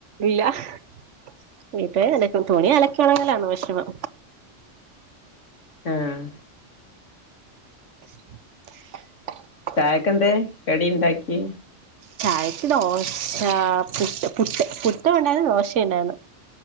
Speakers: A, on the right; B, on the left.
A: ഇല്ല <unintelligible> തുണി അലക്കണെങ്കിലാലേവിഷമം.
B: ഉം
A: <inaudible>
B: യ ക്കെന്തേ കടി ഇണ്ടാക്കി?
A: ചായക്ക് ദോശ പുട്ട് പു പു ട്ട് ഇണ്ടായിരുന്നു ദോശേംണ്ടായിരുന്നു.